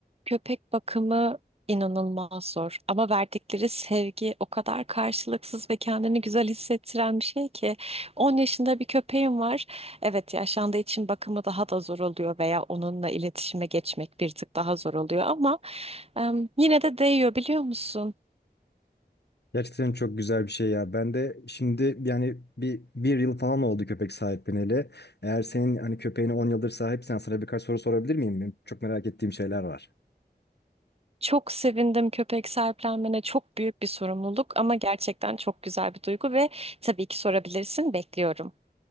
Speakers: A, on the right (about 35°); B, on the left (about 75°).
A: Köpek bakımı inanılmaz zor ama verdikleri sevgi o kadar karşılıksız ve kendini güzel hissettiren bir şey ki 10 yaşında bir köpeğim var. Evet yaşlandığı için bakımı daha da zor oluyor veya onunla iletişime geçmek bir tık daha zor oluyor ama em, yine de değiyor biliyor musun?
B: Gerçekten çok güzel bir şey ya. Ben de şimdi yani bir, bir yıl falan oldu köpek sahipleneli. Eğer senin hani köpeğini 10 yıldır sahipsen sana birkaç soru sorabilir miyim? Benim çok merak ettiğim şeyler var.
A: Çok sevindim köpek sahiplenmene. Çok büyük bir sorumluluk ama gerçekten çok güzel bir duygu ve tabii ki sorabilirsin. Bekliyorum.